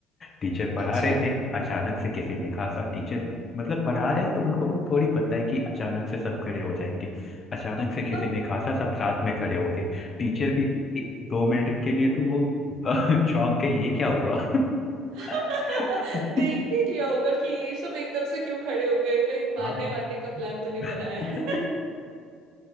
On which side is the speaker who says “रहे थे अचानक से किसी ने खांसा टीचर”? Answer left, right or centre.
Left